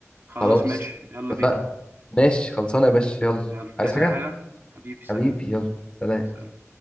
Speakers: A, on the right; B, on the left.
A: خلاص
B: خلاص
A: ماشي يلا
B: اتفقنا
A: بينا
B: ماشي خلصانه يا باشا يلا
A: يلا عايز
B: عايز حاجه
A: اي حاجة حبيبي سلام
B: حبيبي يلا سلام
A: سلام